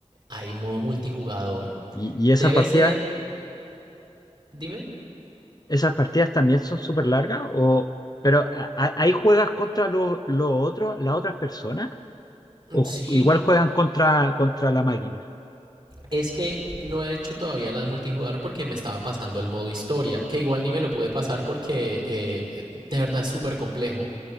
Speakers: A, on the right; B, on the left.
A: hay modo multijugador.
B: Y, y
A: Debe
B: esas partidas,
A: ser, dime,
B: esas partidas también son súper largas, o pero a- a- ahí juegas contra los los otros, las otras personas,
A: Mm,
B: o
A: sí,
B: ju- igual juegan contra contra la máquina.
A: es que no he hecho todavía la de multijugador porque me estaba pasando el modo historia, que igual ni me lo pude pasar porque eh, de verdad es súper complejo.